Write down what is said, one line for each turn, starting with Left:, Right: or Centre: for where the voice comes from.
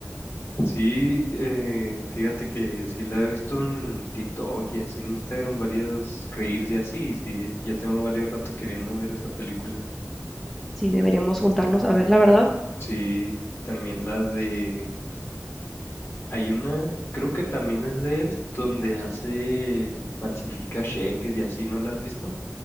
Left: Sí, eh, fíjate que sí la he visto en TikTok y así en Instagram, varios reels y así, y sí, ya tengo varios rato queriendo ver esa película.
Centre: Sí, deberíamos juntarnos a ver, la verdad.
Left: Sí, también la de Hay una, creo que también es de él, donde hace, falsifica cheques y así, ¿no la has visto?